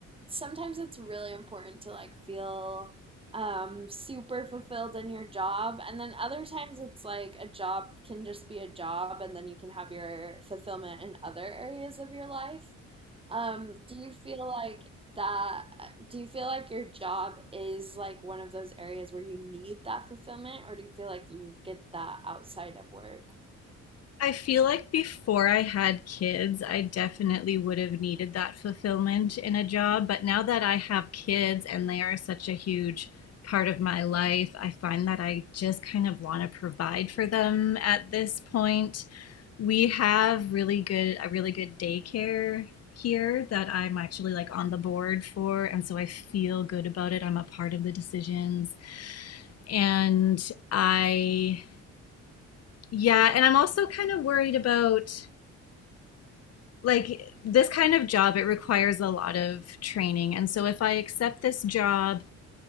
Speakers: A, on the right (about 20°); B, on the left (about 55°).
A: sometimes it's really important to like feel um super fulfilled in your job and then other times it's like a job can just be a job and then you can have your fulfillment in other areas of your life. Um, do you feel like that, do you feel like your job is like one of those areas where you need that fulfillment, or do you feel like you get that outside of work?
B: I feel like before I had kids, I definitely would have needed that fulfillment in a job. But now that I have kids and they are such a huge part of my life, I find that I just kind of want to provide for them at this point. We have really good a really good daycare here that I'm actually like on the board for, and so I feel good about it. I'm a part of the decisions. And I yeah, and I'm also kind of worried about like this kind of job it requires a lot of training and so if i accept this job